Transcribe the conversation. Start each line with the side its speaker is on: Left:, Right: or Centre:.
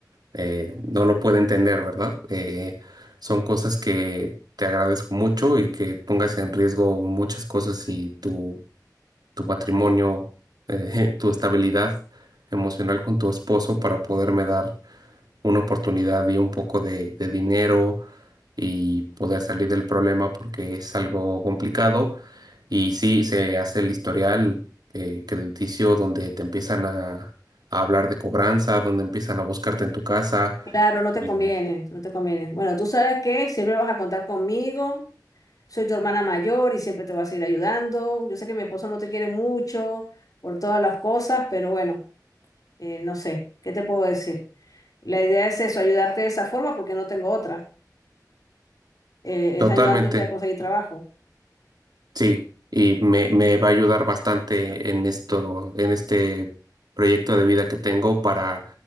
Right: eh, no lo puede entender, ¿verdad? Eh, son cosas que te agradezco mucho y que pongas en riesgo muchas cosas y tu, tu matrimonio, eh, <laughs> tu estabilidad emocional con tu esposo para poderme dar una oportunidad y un poco de, de dinero y poder salir del problema porque es algo complicado. Y sí, se hace el historial eh, crediticio donde te empiezan a, a hablar de cobranza, donde empiezan a buscarte en tu casa.
Left: Claro, no te
Right: Y
Left: conviene, no te conviene. Bueno, tú sabes que siempre vas a contar conmigo, soy tu hermana mayor y siempre te voy a seguir ayudando. Yo sé que mi esposo no te quiere mucho por todas las cosas, pero bueno, eh, no sé, ¿qué te puedo decir? La idea es eso, ayudarte de esa forma porque no tengo otra, eh,
Right: totalmente,
Left: es ayudándote a conseguir trabajo.
Right: Sí, y me, me va a ayudar bastante en esto, en este proyecto de vida que tengo para